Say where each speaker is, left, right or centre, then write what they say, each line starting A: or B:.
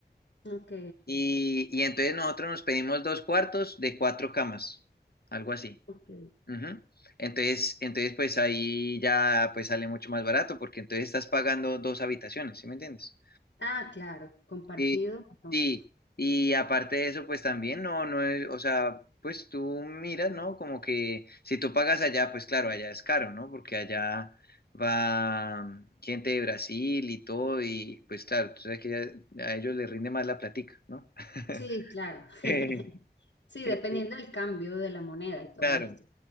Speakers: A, on the left (about 80°); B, on the left (about 60°).
A: ok,
B: Y, y entonces nosotros nos pedimos dos cuartos de cuatro camas, algo así.
A: ok.
B: Ujú. Entonces, entonces, pues ahí ya pues sale mucho más barato, porque entonces estás pagando dos habitaciones, ¿sí me entiendes?
A: Ah, claro, compartido.
B: Sí,
A: mejor.
B: sí. Y aparte de eso, pues también no, no es, o sea, pues tú miras, ¿no? Como que si tú pagas allá, pues claro, allá es caro, ¿no? Porque allá va gente de Brasil y todo, y pues claro, tú sabes que ya- a ellos les rinde más la platica, ¿no? <laughs>
A: Sí, claro.
B: Eh,
A: <laughs> Sí,
B: eh,
A: dependiendo del cambio de la moneda y todo
B: Claro.
A: esto.